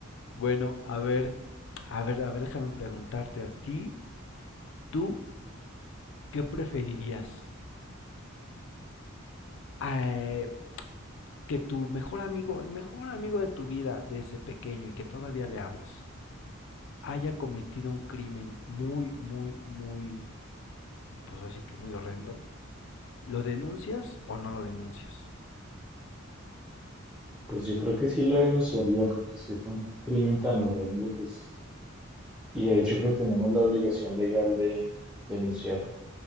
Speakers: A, on the left (about 65°); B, in the centre.
A: bueno, a ver, a ver, a ver, déjame preguntarte a ti, ¿tú qué preferirías? Eh, que tu mejor amigo, el mejor amigo de tu vida desde pequeño y que todavía le hablas, haya cometido un crimen muy, muy, muy, pues así que muy horrendo, ¿lo denuncias o no lo denuncias?
B: Pues yo creo que sí lo denunciaría, porque si es un crimen tan horrendo, pues, y de hecho pues tenemos la obligación legal de denunciar